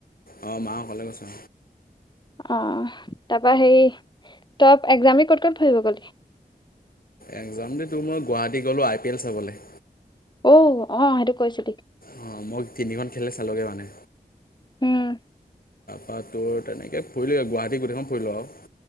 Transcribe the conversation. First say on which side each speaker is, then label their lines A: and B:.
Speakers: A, on the left; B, on the left.
A: অ, মা অকলে গৈছে।
B: অ, তাৰপা হেই তপ এক্সাম ক'ত-ক'ত ফুৰিব গলি
A: এক্সাম দি তোৰ মই গুৱাহাটী গ'লো আই পি এল চাবলে।
B: অ', অ', সেইটো কৈছিলি।
A: অ', মই তিনিখন খেলে চালোগে মানে।
B: উম,
A: বা তোৰ তেনেকৈ ফুৰিলোঁ গুৱাহাটী গোটেইখন ফুৰিলোঁ আৰু